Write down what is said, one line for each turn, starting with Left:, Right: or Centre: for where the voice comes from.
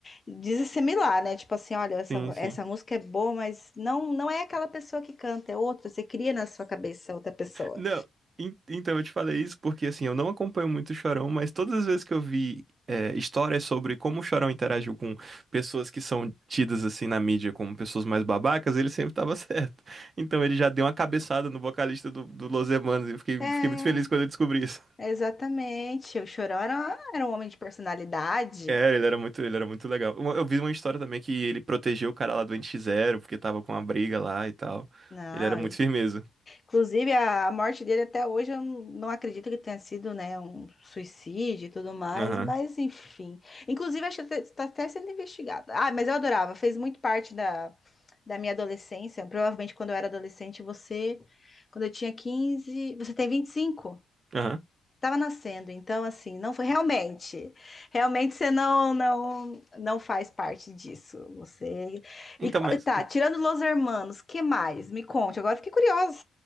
Left: desassimilar, né? Tipo assim, olha, essa,
Right: Sim, sim.
Left: essa música é boa, mas não, não é aquela pessoa que canta, é outra. Você cria na sua cabeça outra pessoa.
Right: Não, en- então eu te falei isso porque assim, eu não acompanho muito o Chorão, mas todas as vezes que eu vi é, histórias sobre como o Chorão interagiu com pessoas que são tidas assim na mídia como pessoas mais babacas, ele sempre tava <laughs> certo. Então ele já deu uma cabeçada no vocalista do, do Los Hermanos e eu fiquei,
Left: É,
Right: fiquei muito feliz quando eu descobri isso.
Left: exatamente. O Chorão era, era um homem de personalidade.
Right: É, ele era muito, ele era muito legal. Uma- Eu vi uma história também que ele protegeu o cara lá do nx Zero porque tava com uma briga lá e tal.
Left: Não,
Right: Ele era muito firmeza.
Left: Inclusive, a a morte dele até hoje eu não não acredito que tenha sido, né, um suicídio e tudo mais,
Right: Aham,
Left: mas enfim. Inclusive, acho que está até sendo investigado. Ah, mas eu adorava, fez muito parte da, da minha adolescência. Provavelmente quando eu era adolescente, você, quando eu tinha 15, você tem 25?
Right: aham.
Left: Tava nascendo, então assim, não foi realmente. Realmente você não não não faz parte disso. Você
Right: Então,
Left: E qu-
Right: mas,
Left: tá, tirando Los Hermanos, que mais? Me conte, agora eu fiquei curiosa.